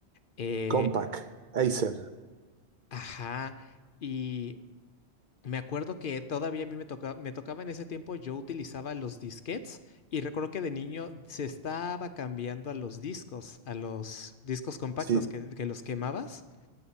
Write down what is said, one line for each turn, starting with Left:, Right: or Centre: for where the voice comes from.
Left: eh,
Right: Compaq, Acer,
Left: ajá. Y me acuerdo que todavía a mí me toca, me tocaba en ese tiempo, yo utilizaba los disquetes y recuerdo que de niño se estaba cambiando a los discos, a los discos compactos
Right: sí.
Left: que que los quemabas.